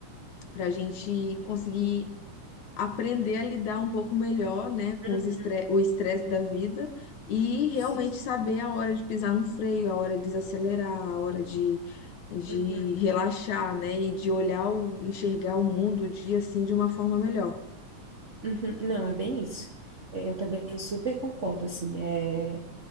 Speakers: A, on the left; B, on the right.
A: para a gente conseguir aprender a lidar um pouco melhor, né, com
B: uhum,
A: os estre o estresse da vida e realmente
B: sim,
A: saber a hora de pisar no freio, a hora de desacelerar, a hora de. de
B: uhum,
A: relaxar, né, e de olhar o, enxergar o mundo o dia assim de uma forma melhor.
B: uhum. Não, é bem isso. É, Eu também super concordo, assim, é,